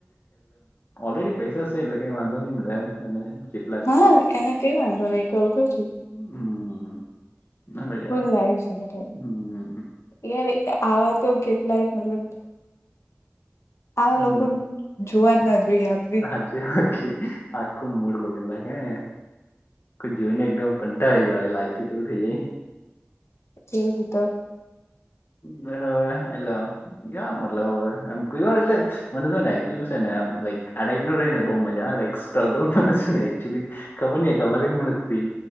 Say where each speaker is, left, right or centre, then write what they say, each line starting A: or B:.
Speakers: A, on the left; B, on the left.
A: ઓલરેડી પૈસા એટલે કઈ વાંધો નહી <inaudible>
B: હા એને કઈ વાંધો નઈ કવતો છું.
A: હમ ભલેયા
B: ફૂલ લાઈવ સાથે
A: હમ
B: યાર આવા તો કેટલાય મતલબ આવા
A: હમ
B: લોકો જોવા જ ના જોઈએ આપ.
A: સાચી વાત છે આખું મૂળ બદલનાખે. જોઈ ને એકદમ કંટાળ જવા લાઈફ થી એવું થઇ જાય.
B: <unintelligible>
A: બરાબવે એટલે ગયા મતલબ હવે એમ ક વાર એટલે- મને શ ને એકચુલી છે નેક આ ટાઈપો ર ને બહુ મજા લક સ્ટ્રગલ મને નેચુલી- ખબર નહી કાલ અલગ મુળ થઈ